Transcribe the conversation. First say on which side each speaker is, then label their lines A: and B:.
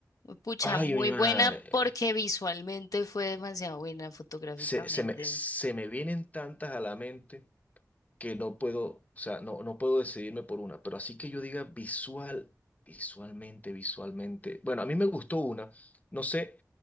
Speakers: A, on the left (about 70°); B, on the left (about 25°).
A: pucha,
B: Ay,
A: muy
B: mi madre.
A: buena porque visualmente fue demasiado buena fotográficamente.
B: Se, se me, se me vienen tantas a la mente. que no puedo, o sea, no, no puedo decidirme por una, pero así que yo diga visual, visualmente, visualmente. Bueno, a mí me gustó una, no sé,